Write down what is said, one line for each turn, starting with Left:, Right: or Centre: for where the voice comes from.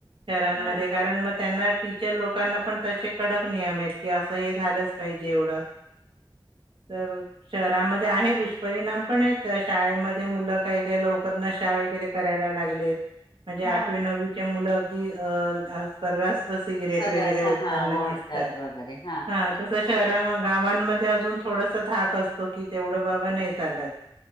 Right: शहरानमध्ये
Left: हा
Right: कारण मग त्यांना त्या लोकांना पण तसे कडक नियम आहेत की असं हे झालंच पाहिजे एवढं. तर शहरामध्ये आहे दुष्परिणाम पण आहेत शाळेमध्ये मुलं काही का लवकर नशा वगैरे करायला लागले म्हणजे आठवी
Left: हा
Right: नववीची मुल ती अ परवाच सिगरेट
Left: सर्रास
Right: वगैरे ओढताना
Left: हा ओढतात
Right: दिसतात
Left: वगैरे
Right: हा तसं शहरात
Left: ते
Right: गावांमध्ये अजून थोडंसं धाक असतो कि तेवढं बाबा नाही चालत.